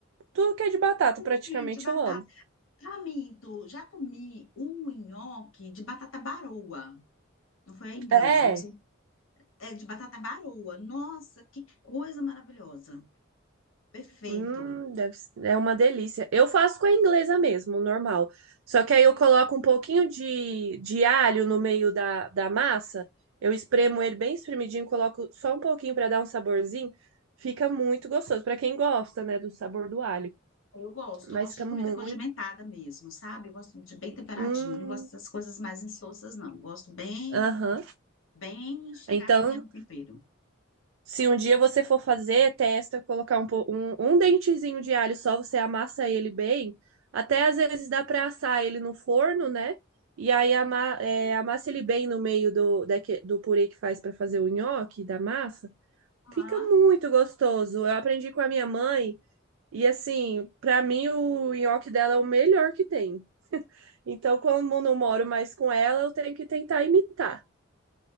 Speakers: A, on the right; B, on the left.
A: tudo que é de batata
B: Eu comi
A: praticamente
B: de batata.
A: eu amo.
B: Pra já comi um nhoque de batata baroa, não foi a inglesa,
A: É,
B: não sei é de batata baroa. Nossa, que coisa maravilhosa. Perfeito.
A: Hum, deve s- é uma delícia. Eu faço com a inglesa mesmo, normal. Só que aí eu coloco um pouquinho de, de alho no meio da, da massa. Eu espremo ele bem espremidinho, coloco só um pouquinho para dar um saborzinho. Fica muito gostoso. Para quem gosta, né, do sabor do alho.
B: Eu gosto,
A: Mas
B: eu gosto
A: fica
B: de
A: muito.
B: comida condimentada mesmo, sabe? Eu gosto de bem temperadinho,
A: Hum,
B: eu não gosto dessas coisas mais insossas, não. Eu gosto bem,
A: aham.
B: bem chegadinha
A: Então,
B: no tempero.
A: Se um dia você for fazer, testa colocar um, po- um, um dentezinho de alho só, você amassa ele bem. Até às vezes dá para assar ele no forno, né? E aí ama, é, amassa ele bem no meio do, daque- do purê que faz para fazer o nhoque da massa.
B: Ah,
A: Fica muito gostoso. Eu aprendi com a minha mãe e assim, para mim o nhoque dela é o melhor que tem. Então, como eu não moro mais com ela, eu tenho que tentar imitar.